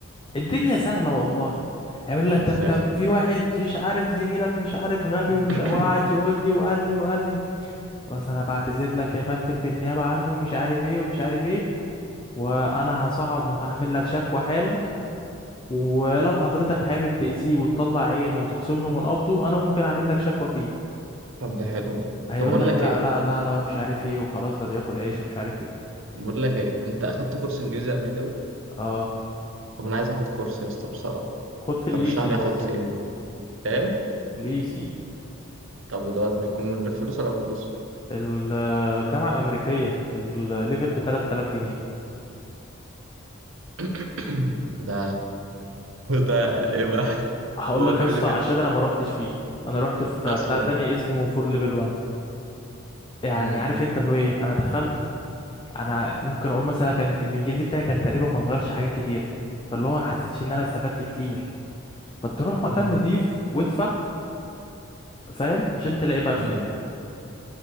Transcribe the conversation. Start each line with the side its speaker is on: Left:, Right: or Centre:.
Left: الدنيا سهله والله هيقول
Right: خلاص
Left: لك طب
Right: زي
Left: كان
Right: الفل
Left: في واحد مش عارف زميلك مش عارف غبي
Right: <coughs>
Left: ومش وقعد يقول لي وقال لي وقال لي خلاص انا بعتذر لك يا فندم بالنيابه عنه ومش عارف ايه ومش عارف ايه وانا هصعد هعمل لك شكوى حالا ولو حضرتك حابب تأذيه وتطلع عينه وتخصم له من قبضه انا ممكن اعمل لك شكوى فيه
Right: <clears throat> طب ده حلو ده
Left: هيقول
Right: طب بقول
Left: لك
Right: لك
Left: لا
Right: إيه
Left: لا لا لا ومش عارف ايه وخلاص ده بياكل عيش ومش عارف ايه
Right: بقول لك إيه أنت أخدت كورس إنجليزي قبل كده؟
Left: اه
Right: طب أنا عايز آخد كورس يا اسطى بصراحة
Left: خد في الاي
Right: ترشح
Left: سي
Right: لي
Left: يس
Right: آخد فين؟ إيه؟
Left: الاي سي
Right: طب ودوت بيكون من غير فلوس ولا بفلوس
Left: الجامعه الامريكيه الليفل ب 3000 جنيه
Right: <coughs> ده وده ايه بقى
Left: هقول
Right: هو
Left: لك
Right: كام
Left: يس
Right: ليفل
Left: عشان انا ما روحتش فيه انا روحت في
Right: اصلا
Left: بتاع تاني اسمه فور ليفل 1 يعني
Right: مم.
Left: عارف انت اللي هو ايه انا دخلت انا ممكن اقول مثلا كان الانجليزي بتاعي كان تقريبا ما اتغيرش حاجات كتير فاللي هو ما حسيتش ان انا استفدت كتير فتروح مكان
Right: مم.
Left: نضيف وادفع فاهم عشان تلاقي بقى في
Right: مم.
Left: الاخر